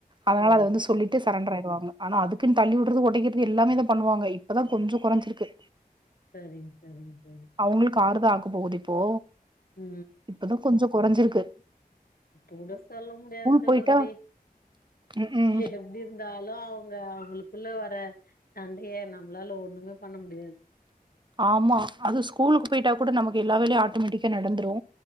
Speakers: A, on the right (about 30°); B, on the left (about 70°).
A: அதனால
B: ஓ
A: அத வந்து சொல்லிட்டு சரண்டர் ஆயிடுவாங்க ஆனா அதுக்குன்னு அடிக்கிறது தள்ளி விடுறது உடைக்கிறது எல்லாமோ பண்ணுவாங்க இப்பதா கொஞ்சோ குறைஞ்சிருக்கு
B: சரிங்க சரிங்க சரி
A: அவுங்களுக்கு ஆறுதா ஆக போகுது இப்போ
B: உ
A: இப்பதா கொஞ்சோ கொறஞ்சிருக்கு
B: இப்ப கூட சொல்ல முடியாது சகோதரி
A: போயிட்டா ம்ஹ்ம்.
B: எப்டி இருந்தாலு அவுங்க அவங்களுக்குள்ள வர சண்டைய நம்மளால ஒண்ணுமே பண்ண முடியாது
A: ஆமா அது ஸ்கூலுக்கு போயிட்டா கூட நமக்கு எல்லா வேலையு ஆட்டோமேட்டிக்கா நடந்துரு